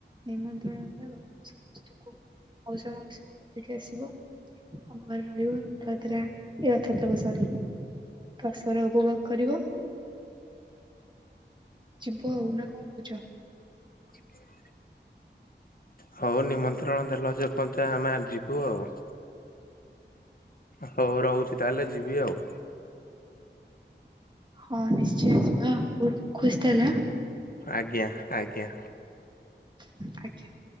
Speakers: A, on the right; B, on the left.
A: ନିମନ୍ତ୍ରଣ ହେଲାଦ ସମସ୍ତଙ୍କୁ ମଉସା ମାଉସୀ ଧରିକି ଆସିବ ଆମ ଘରେ ରହିବ ରଥଯାତ୍ରା ଏ ରଥଯାତ୍ରା କୁ ସରି। ତସରେ ଉପଭୋଗ କରିବ ଯିବ ଆଉ ନା କଁ କହୁଚ?
B: ଯିବ ଆଉ ହଉ ନିମନ୍ତ୍ରଣ ଦେଲ ଯେ ପଞ୍ଚା ଆମେ ଆ ଯିବୁ ଆଉ। ହଉ ରହୁଛି ତାହେଲେ ଯିବି ଆଉ।
A: ହଁ ନିଶ୍ଚୟ ଯିବା ଆଉ ହୁ ରଖୁଛି ତାହାଲା।
B: ଆଜ୍ଞା ଆଜ୍ଞା।
A: ଆଜ୍ଞା।